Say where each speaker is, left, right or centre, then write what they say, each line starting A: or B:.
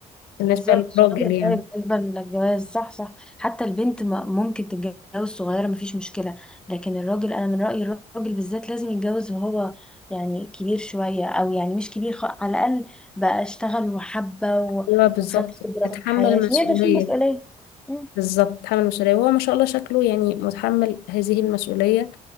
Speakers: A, on the left; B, in the centre.
A: بالنسبة
B: بالظبط
A: للراجل
B: صغير
A: يعني
B: قوي بالنسبة للجواز صح صح حتى البنت ما- ممكن تتجوز صغيرة مفيش مشكلة لكن الراجل أنا من رأيي الراجل بالذات لازم يتجوز وهو يعني كبير شوية أو يعني مش كبير خ... على الأقل بقى اشتغل وحبة و...
A: ايوه بالظبط
B: وخد خبرة
A: اتحمل
B: في الحياة عشان
A: مسؤولية
B: يقدر يشيل مسؤولية مم.
A: بالظبط اتحمل مسؤولية وهو ما شاء الله شكله يعني متحمل هذه المسؤولية